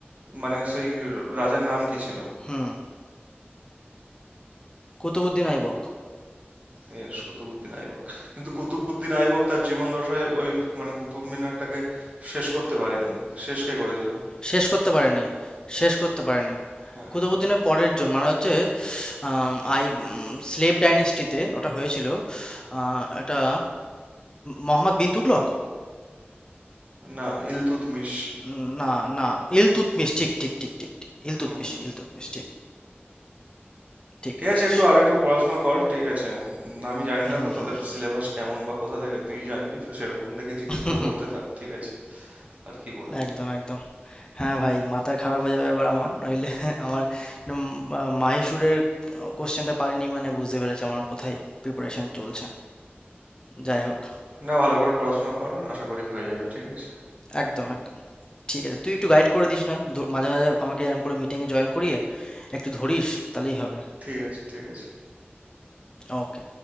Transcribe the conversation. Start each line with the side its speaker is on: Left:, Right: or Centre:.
Right: মানে সেই রাজার নাম কি ছিল
Left: হুম কুতুবুদ্দিন আইবক
Right: এ, কুতুবউদ্দিন আইবক কিন্তু কুতুবউদ্দিন আইবক তার জীবন দশায় ওই মানে কুতুব মিনারটাকে শেষ করতে পারেনি শেষ কে করেছিল
Left: শেষ করতে পারেনি শেষ করতে পারেনি
Right: হ্যাঁ
Left: কুতুবুদ্দিনের পরের জন মানে হচ্ছে আম, আই স্লেভ ডাইনেস্টিতে ওটা হয়েছিল আহ, এটা মোহাম্মদ বিন তুগলক
Right: না ইলতুৎমিশ
Left: উম, না না ইলতুৎমিশ ঠিক ঠিক ঠিক ঠিক ঠিক ইলতুৎমিশ
Right: হুম
Left: ইলতুৎমিশ ঠিক ঠিক
Right: ঠিক
Left: বলেছিস
Right: আছে একটু আর একটু পড়াশোনা কর ঠিক আছে উম, আমি জানি না
Left: হুম
Right: তো তাদের
Left: হুম হুম
Right: সিলেবাস কেমন বা কোথা থেকে তুই জানবি তো সেরকম দেখে জিকে গুলো
Left: হুম,
Right: করতে থাক ঠিক আছে আর কি বলবো
Left: একদম একদম হ্যাঁ ভাই মাথা খারাপ হয়ে যাবে এবার আমার নইলে আমার উম, আহ, মাহিসুরের কোশ্চেনটা পারিনি মানে বুঝতে পেরেছি আমার কোথায় প্রিপারেশন চলছে যাই হোক
Right: না ভালো করে পড়াশোনা কর আশা করি হয়ে যাবে ঠিক আছে
Left: একদম একদম ঠিক আছে তুই একটু গাইড করে দিস নয় ধ- মাঝে মাঝে আমাকে এরকম করে মিটিংয়ে জয়েন করিয়ে একটু ধরিস তাহলেই হবে
Right: ঠিক আছে ঠিক আছে
Left: ওকে